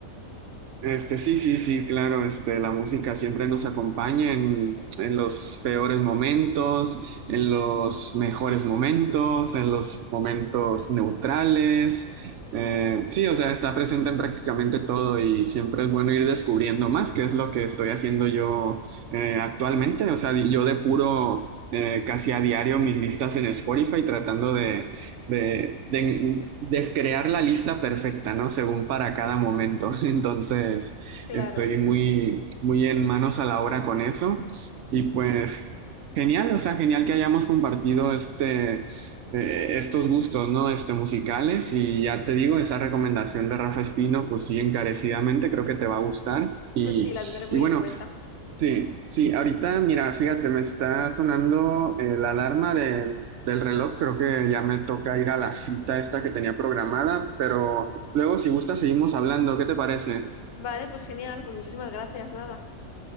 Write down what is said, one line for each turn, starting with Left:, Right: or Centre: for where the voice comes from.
Right: Este, sí, sí, sí, claro, este, la música siempre nos acompaña en, en los peores momentos, en los mejores momentos, en los momentos neutrales. Eh, sí, o sea, está presente en prácticamente todo y siempre es bueno ir descubriendo más, que es lo que estoy haciendo yo eh, actualmente. O sea, di- yo depuro eh, casi a diario mis listas en Spotify tratando de de, de- de crear la lista perfecta, ¿no? Según para cada momento. <laughs> Entonces,
Left: Claro,
Right: estoy muy, muy en manos a la obra con eso. Y pues, genial, o sea, genial que hayamos compartido este, eh, estos gustos, ¿no? Este, musicales. Y ya te digo, esa recomendación de Rafa Espino, pues sí, encarecidamente creo que te va a gustar. Y,
Left: pues sí, la tendré muy
Right: y bueno.
Left: en cuenta.
Right: Sí,
Left: Ujú.
Right: sí, ahorita mira, fíjate, me está sonando eh, la alarma de del reloj, creo que ya me toca ir a la cita esta que tenía programada, pero luego si gusta seguimos hablando, ¿qué te parece?
Left: Vale, pues genial, pues muchísimas gracias, nada.